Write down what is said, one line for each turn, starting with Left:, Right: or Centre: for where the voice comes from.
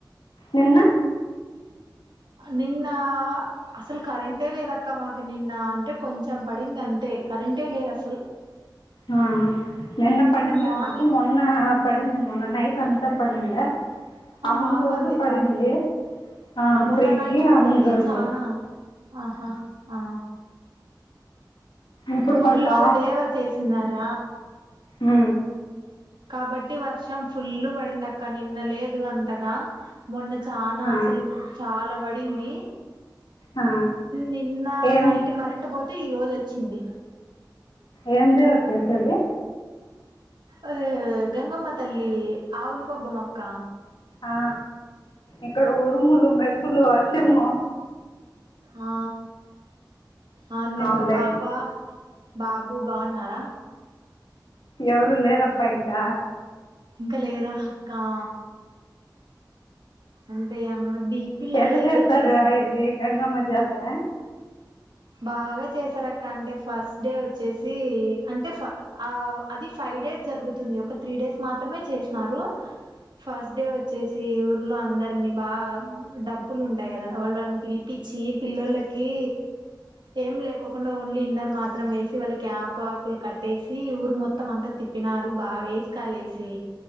Left: నిన్న
Right: నిన్నా అసలు కరెంటే లేదక్క మాకు నిన్న అంటే కొంచెం పడింది అంతే కరెంటే లేదు అసలు ఆ
Left: ఆ నిన్న పడిందిలేదు
Right: మార్నింగ్
Left: మాకి మొన్న పడింది మొన్న నైట్ అంత పడిం <unintelligible> ఆ ముందు
Right: మాకు
Left: రోజు
Right: అంతే
Left: పడింది
Right: కం
Left: ఆ
Right: మొన్న
Left: త్రీకి
Right: నైట్ పడింది
Left: ఆ ముందు రోజు
Right: చానా ఆహా ఆ
Left: ఇప్పుడు
Right: ఊర్లో
Left: పడతా
Right: దేవర చేసిన్నార
Left: ఉ
Right: కాబట్టి వర్షం ఫుల్లు పడింది అక్క నిన్న లేదు అంతగ మొన్న చాన
Left: ఆ
Right: అసలు చాల పడింది
Left: ఆ
Right: నిన్న
Left: ఏం
Right: నైట్ కరెంట్ పోతే ఈ రోజు వచ్చింది
Left: ఏమి దేవర చేసేది
Right: ఆ గంగమ్మ తల్లి ఆవులు పబ్బం అక్క
Left: ఆ ఇక్కడ ఉరుములు మెరుపులు వర్షము
Right: ఆ అవుంది
Left: అవునులే
Right: అక్క పాప బాబు బాగున్నార
Left: ఎవరు లేరప్ప ఇంక
Right: ఇంక లేరా ఆ అంటే అన్న డిపి లల్లో
Left: ఎట్లా చేస్తారు
Right: ఏదో చూసి
Left: ఇది గంగమ్మ జాతర
Right: బాగా చేసారు అక్క అంటే ఫస్ట్ డే వచ్చేసి అంటే ఫ ఆ అది ఫైవ్ డేస్ జరుగుతుంది ఒక త్రీ డేస్ మాత్రమే చేసినారు ఫస్ట్డే వచ్చేసి ఊర్లో అందరు వాని బాగ డప్పులు ఉంటాయి కద వాళ్ళని పిలిపిచ్చి పిల్లోల్లకి ఏం లేకోకుండా ఓన్లీ ఇన్నర్ మాత్రం వేసి వాళ్ళకి ఆపకులు కట్టేసి ఊరు మొత్తం అంతా తి తీప్పినారు బాగ వేసికలు లేసి